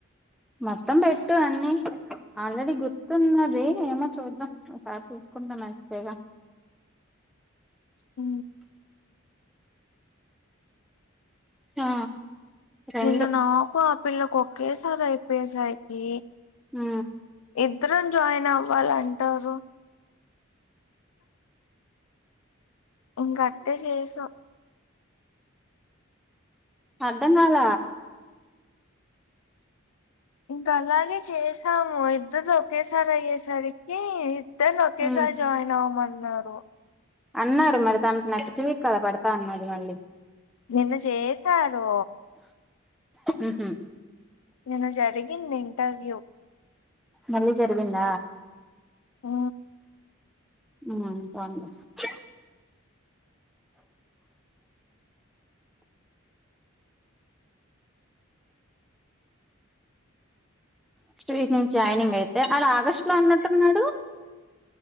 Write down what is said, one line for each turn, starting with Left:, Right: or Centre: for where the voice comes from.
Centre: మొత్తం పెట్టు అన్నీ ఆల్రెడీ గుర్తున్నది ఏమో చూద్దాం ఒకసారి చూసుకుంటాం మంచి దేగ
Left: ఉ
Centre: ఆ రెండు
Left: నిన్ను నాకు ఆ పిల్లలకు ఒకేసారి అయిపోయేసరికి
Centre: హు
Left: ఇద్దరం జాయిన్ అవ్వాల అంటారు ఇంకట్టే చేసాం
Centre: అర్ధంకాల
Left: ఇంక అలాగే చేసాము <unintelligible> <unintelligible> అయ్యేసరికి ఇద్దరు ఒకేసారి
Centre: ఉమ్
Left: జాయిన్ అవ్వమన్నారు
Centre: అన్నారు మరి తనకు నచ్చవి కదా పడతా అన్నది మళ్ళీ
Left: నిన్న చేసారు
Centre: ఉహు
Left: నేను జరిగింది ఇంటర్ <unintelligible>
Centre: మళ్ళీ జరిగింద
Left: ఊ
Centre: ఉ <unintelligible> నెక్స్ట్ వీక్ నుంచి జాయినింగ్ అయితే అలా ఆగస్టు లో అన్నట్టున్నాడు